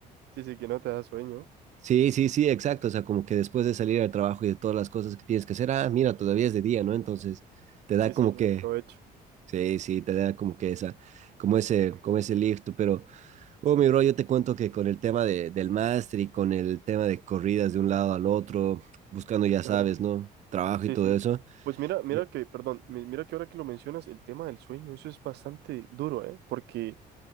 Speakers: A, on the right; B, on the right.
A: Sí, sí, que no te da sueño.
B: Sí, sí, sí, exacto. O sea, como que después de salir al trabajo y de todas las cosas que tienes que hacer, ah, mira, todavía es de día, ¿no? Entonces, te da
A: Sí,
B: como
A: sí,
B: que,
A: aprovecho.
B: sí, sí, te da como que esa, como ese, como ese lift. Pero, oh, mi bro, yo te cuento que con el tema de, del máster y con el tema de corridas de un lado al otro, buscando, ya
A: Claro.
B: sabes, ¿no? Trabajo
A: Sí,
B: y todo
A: sí.
B: eso.
A: Pues mira, mira
B: Ye-
A: que, perdón, mi- mira que ahora que lo mencionas, el tema del sueño, eso es bastante duro, ¿eh? Porque